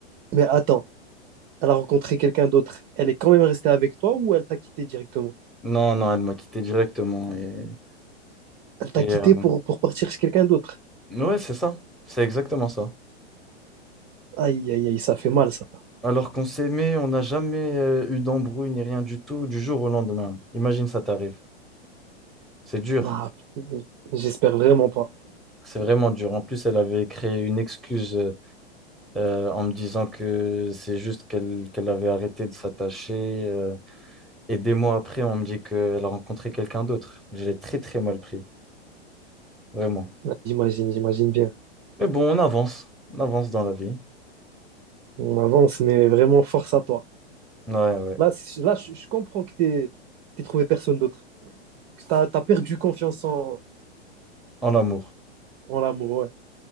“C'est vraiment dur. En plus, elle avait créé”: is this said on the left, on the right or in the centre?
Centre